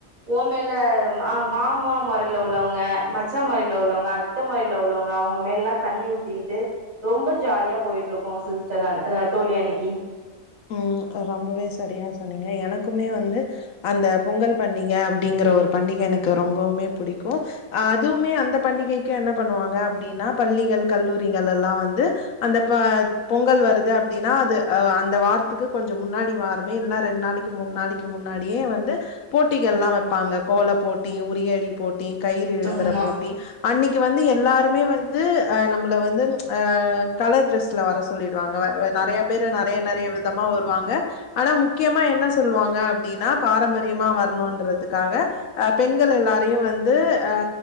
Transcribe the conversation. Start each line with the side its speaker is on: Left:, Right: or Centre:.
Right: ஓ மேல ம மாமா மொறைல உள்ளவங்க மச்சா மொறையில உள்ளவங்க அத்த மொறையில உள்ளவங்க அவுங்க மேலல்லா தண்ணி ஊத்திக்கிட்டு ரொம்ப ஜாலியா போயிட்ருக்கு சிஸ்டர் அன் அதா தோழி அன்னக்கி
Left: ம் ரொம்பவே சரியா சொன்னீங்க எனக்குமே வந்து அந்தப் பொங்கல் பண்டிக அப்டிங்கிற ஒரு பண்டிக எனக்கு ரொம்பவுமே புடிக் கு அ அதுவுமே அந்த பண்டிகைக்கு என்ன பண்ணுவாங்க அப் டின்னா பள்ளிகள் கல்லூரிங்களெல்லா வந்து அந்தப் ப பொங்கல் வருது அப்டின்னா அது அ அந்த வா ரத்துக்கு கொஞ்சொ முன்னாடி வாரமே இல்ல ரெண்ட் நாளக்கி மூண் நாளக்கி முன்னாடியே வந்து போட்டிகள்லா வெப்பாங்க கோல போட்டி உரியடி போட்டி கயிறு இழுக்குற
Right: ஆமா
Left: போட்டி அன்னக்கி வந்து எல்லாருமே வந்து அ நம்மள வந்து அ கலர் ட்ரெஸ்ல வர சொல்லிடுவாங்க வ நறைய பேரு நறைய நறைய வி தமா வருவாங்க ஆனா முக்கியமா என்ன சொல்லுவாங்க அப்டின்னா பாரம்பரியமா வர்ணுன்றதுக்காக அ பெண்கள் எல்லாரையு வந்து அ